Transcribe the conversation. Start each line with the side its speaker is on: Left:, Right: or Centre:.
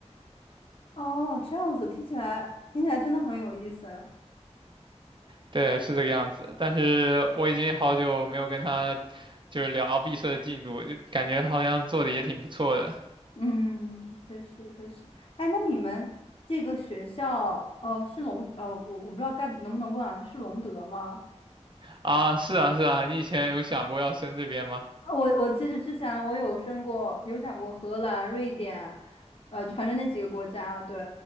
Left: 哦，这样子听起来听起来真的很有意思。
Right: 对，是这个样子。但是我已经好久没有跟他就是聊毕设的进度，就感觉好像做的也挺不错的
Left: 嗯，确实确实。哎，那你们这个学校，呃，是隆，呃，我我不知道该能不能问啊，就是隆德吗？
Right: 啊。是啊，是啊，你以前有想过要升这边吗？
Left: 啊我我其实之前我有申过，有想过荷兰、瑞典，呃，就反正那几个国家，对，